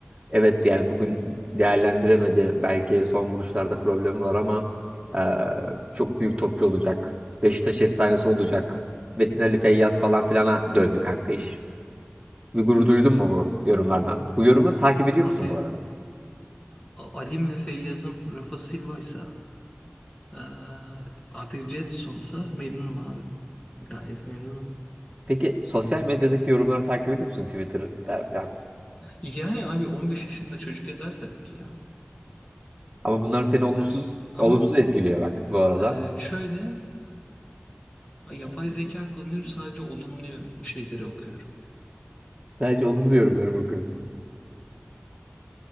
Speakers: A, on the right; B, on the left.
A: evet yani bugün değerlendiremedi. Belki son vuruşlarda problemi var ama eee, çok büyük topçu olacak. Beşiktaş efsanesi olacak. Metin Ali Feyyaz falan filana döndü kanka iş. Bir gurur duydun mu bu yorumlardan? Bu yorumları takip ediyor
B: Abi
A: musun bu arada?
B: A- Alim ve Feyyaz'ım Rafa Silva'ysa eee, artık Jetson'sa memnunum abi. Gayet memnunum.
A: Peki sosyal medyadaki yorumları takip ediyor musun? Twitter'da falan.
B: Yani abi 15 yaşında çocuk eder tabii ki ya.
A: Ama bunlar seni
B: Eder.
A: olumsuz
B: Ama
A: olumsuz etkiliyor bak bu arada.
B: eee, şöyle yapay zeka kullanıyorum sadece olumlu şeyleri okuyorum.
A: Ben hiç olumlu yorumlarım okuyorum.